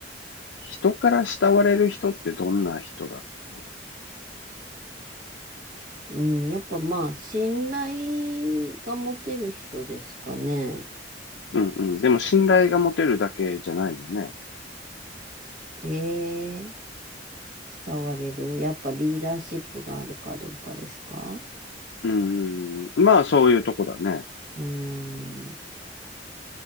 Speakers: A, on the left; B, on the right.
A: 人から慕われる人ってどんな人だろ
B: うん、やっぱまあ、信頼が持てる人ですかね。
A: う。うんうん。でも信頼が持てるだけじゃないよね。
B: ええ慕われる。やっぱリーダーシップがあるかどうかですか
A: うんうん。まあそういうとこだね。
B: うん、